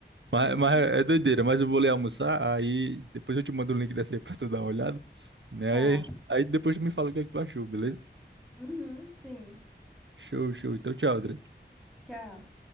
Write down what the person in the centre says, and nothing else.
Uhum.
Tá.
Uhum, sim.
Tchau.